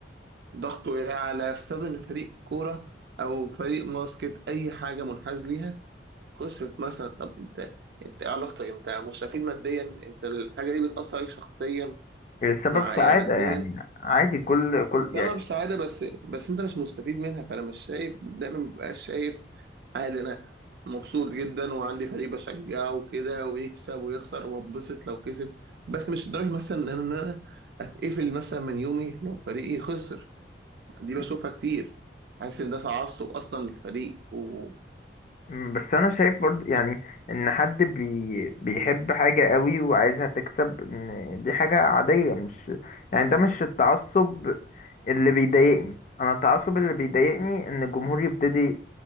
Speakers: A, on the right (about 60°); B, on the left (about 45°).
A: ضغطه يعلى بسبب ان فريق كوره او فريق باسكت اي حاجه منحاز ليها خسرت مثلا طب انت انت ايه علاقتك انت مستفيد ماديا انت الحاجه دي بتاثر عليك شخصيا
B: سبب
A: مع
B: سعادة
A: يعني ماديا
B: يعني عادي كل كل
A: سبب سعادة بس بس انت مش مستفيد منها فانا مش شايف دايما مبقاش شايف عادي انا مبسوط جدا وعندي فريق بشجعه وكده ويكسب ويخسر وببسط لو كسب بس مش لدرجة مثلا ان انا ان انا اتقفل مثلا من يومي لو فريقي خسر دي بشوفها
B: يعني
A: كتير حاسس ان ده تعصب اصلا للفريق و
B: مم، بس انا شايف برضو يعني ان حد بي بيحب حاجة قوي وعايزها تكسب ان دي حاجة عادية مش يعني ده مش التعصب اللي بيضايقني انا التعصب اللي بيضايقني ان الجمهور يبتدي